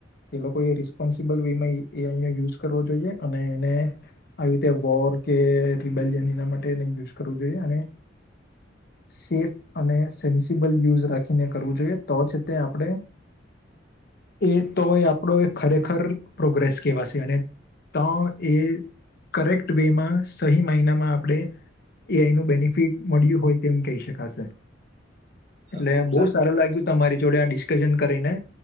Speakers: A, on the left; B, on the right.
A: એ લોકો એ રિસ્પોન્સિબલ વે માં એ અહીંયા યુઝ કરવો જોઈએ અને એને આવી રીતે વોર કે રિબેલિયન એના માટે નય યુઝ કરવો જોઈએ અને સેફ અને સેન્સિબલ યુઝ રાખીને કરવું જોઈએ, તો જ તે આપડે એ તો એ આપડો એ ખરેખર પ્રોગ્રેસ કેહવાશે અને તો એ કરેક્ટ વેમાં સહી માઈનામાં આપણે એનું બેનિફિટ મળ્યું હોય તેમ કહી શકાશે.
B: અ,
A: એટલે
B: ખૂબ
A: બો
B: સાચ
A: સારું લાગ્યું તમારી જોડે આ ડિસ્કશન કરીને,